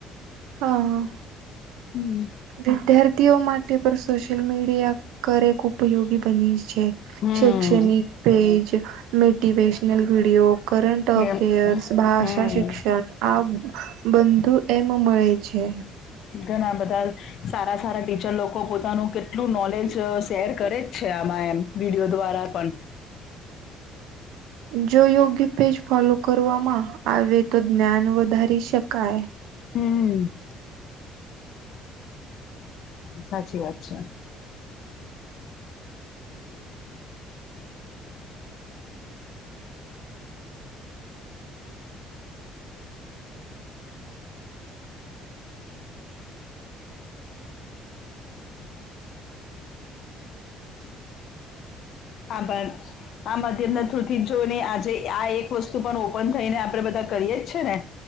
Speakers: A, on the right; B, on the left.
A: હા હા.
B: હમ.
A: વિદ્યાર્થીઓ માટે પણ સોશિયલ મીડિયા કરે ઉપયોગી બની છે,
B: હમ
A: શૈક્ષણિક પેજ મેટિવેેશનલ વિડીયો કરંન્ટ અફેયર્સ
B: એમ હમ
A: ભાષા શિક્ષણ આ બંધુ એમ મળે છે.
B: ઘણા બધા સારા સારા ટીચર લોકો પોતાનું કેટલું નોલેજ શેર કરે જ છે, આમાં એમ વિડિયો દ્વારા પણ
A: જો યોગ્ય પેજ ફોલો કરવામાં આવે તો જ્ઞાન વધારી શકાય
B: હમ. સાચી વાત છે.
A: <inaudible>
B: આબાર આ માધ્યમના થ્રુ થી જ જોઈ આજે આ એક વસ્તુ પણ ઓપન થઈને આપડે બધા કરીએ જ છે, ને